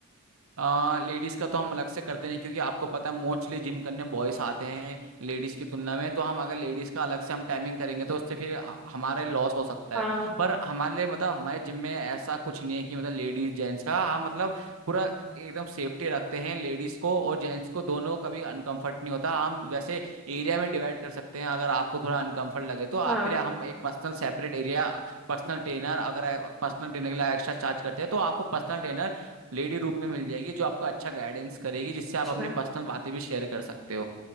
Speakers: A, on the right; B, in the centre.
A: आ, लेडीज का तो हम अलग से करते नहीं क्योंकि आपको पता है मोस्टली जिम करने बॉयज आते हैं लेडीज की तुलना में तो हम अगर लेडीज का अलग से हम टाइमिंग करेंगे तो उससे फिर आ- हमारे लॉस हो सकता है
B: हाँ
A: पर हमारे लिए मतलब हमारे जिम में ऐसा कुछ नहीं है कि मतलब लेडीज जेंट्स का हम मतलब पूरा एकदम सेफ्टी रखते हैं लेडीज को और जेंट्स को दोनों कभी अनकंफर्ट नहीं होता हम वैसे एरिया में डिवाइड कर सकते हैं अगर आपको थोड़ा अनकंफर्ट लगे तो आपके
B: हाँ
A: लिए हम एक personal separate area personal trainer अगर पर्सनल ट्रेनर के लिए एक्स्ट्रा चार्ज करते हैं तो आपको पर्सनल ट्रेनर लेडी रूप में मिल जाएगी जो आपको अच्छा गाइडेंस करेगी जिससे
B: अच्छा
A: आप अपनी पर्सनल बातें भी शेयर कर सकते हो